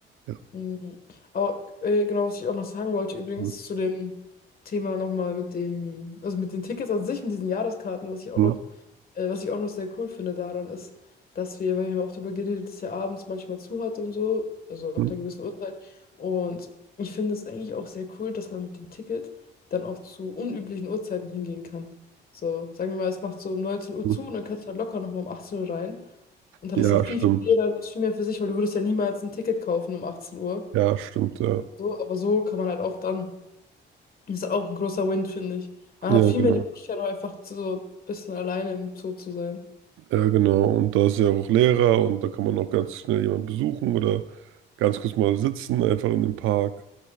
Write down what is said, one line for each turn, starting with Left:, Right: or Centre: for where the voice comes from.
Right: Ja,
Left: Mhm. Aber äh, genau, was ich auch noch sagen wollte, übrigens
Right: Hm,
Left: zu dem Thema nochmal mit den, also mit den Tickets an sich, mit diesen Jahreskarten, was ich auch
Right: hm,
Left: noch, äh, was ich auch noch sehr cool finde daran ist, dass wir, weil wir haben auch darüber geredet, dass er abends manchmal zu hat und so, also ab
Right: hm,
Left: einer gewissen Uhrzeit. Und ich finde es eigentlich auch sehr cool, dass man mit dem Ticket dann auch zu unüblichen Uhrzeiten hingehen kann. So, sagen wir mal, es macht so um 19 Uhr
Right: hm.
Left: zu und dann kannst du halt locker nochmal um 18 Uhr rein. Und dann
Right: Ja,
Left: ist halt viel,
Right: stimmt.
Left: viel jeder, das viel mehr für sich, weil du würdest ja niemals ein Ticket kaufen um 18 Uhr.
Right: Ja, stimmt, ja.
Left: So, aber so kann man halt auch dann, das ist halt auch ein großer Win, finde ich. Man
Right: Ja,
Left: hat viel
Right: genau.
Left: mehr die Möglichkeit, auch einfach zu so ein bisschen alleine im Zoo zu sein.
Right: Ja, genau. Und da ist ja auch Lehrer und da kann man auch ganz schnell jemanden besuchen oder ganz kurz mal sitzen, einfach in dem Park.